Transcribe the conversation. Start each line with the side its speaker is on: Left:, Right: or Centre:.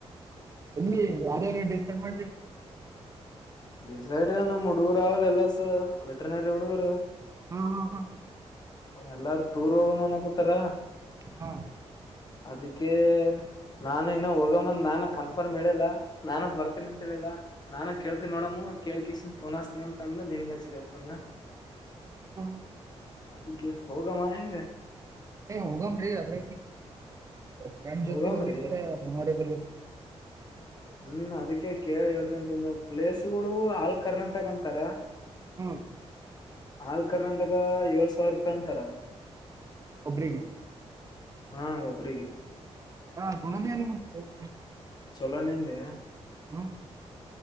Right: ಎಲ್ಲಿ ಯಾರ್ಯಾರು ಡಿಸೈಡ್ ಮಾಡ್ರಿ
Left: ಡಿಸೈಡ್ ನಮ್ ಹುಡಗುರು ಆವಲ್ಲ ಎಲ್. ಎಸ್ ವೆಟನರಿ ಹುಡುಗರು
Right: ಹ್ಮ್ ಹ್ಮ್ ಹ್ಮ್ ಹ್ಮ್
Left: ಎಲ್ಲಾರು ಟೂರ್ ಹೋಗ ಮನ್ ಕೂತಾರ
Right: ಹಾ ಹಾ
Left: ಅದಕ್ಕೆ ನಾನು ಇನ್ನ ಹೋಗಂದ ನಾನ ಕನ್ಫರ್ಮ್ ಮ್ ಹೇಳಿಲ್ಲ ನಾನ ಬರ್ತೀನಿ ಅಂತ ಹೇಳಿಲ್ಲ ನಾನ ಕೇಳ್ತೀನ ನೋಡಮು ಕೇಳ್ಕ್ ಇಷ್ಟನ್ ಫೋನ್ ಹಸ್ತನ ಅಂತ ಅಂದ ನಿನ್ಗ ಹಚ್ಚಿದೆ ಫೋನ್
Right: ಹಾ
Left: ಅದಿಕ್ಕೆ ಹೋಗಮ್ಮ ಹೆಂಗ
Right: ಏ ಹೋಗಮ್ರಿ ಅದ್ರಗ್ ಫ್ರೆಂಡ್
Left: ಹೋಗಮ್ರಿ
Right: ಜೊತೆ ಹೋಗಿದ್ದರ ಮೆಮೊರಿ <unintelligible>
Left: ಹ್ಮ್ ಅದಿಕ್ಕೆ ಕೇಳಿ ಇವತ್ತ ಅಂತಂದ ಪ್ಲೇಸುಗಳು ಆಲ್ ಕರ್ನಾಟಕ ಅಂತಾರ
Right: ಹ್ಮ್
Left: ಆಲ್ ಕರ್ನಾಟಕ ಏಳ್ ಸಾವಿರ ರೂಪಾಯಿ ಅಂತಾರ
Right: ಒಬ್ರಿಗೆ
Left: ಹಾ ಒಬ್ರಿಗೆ
Right: ಹಾ ಗುಣನೇ ಇಲ್ಲ <unintelligible>
Left: ಚಲೋನೆಂದೇ
Right: ಹ್ಮ್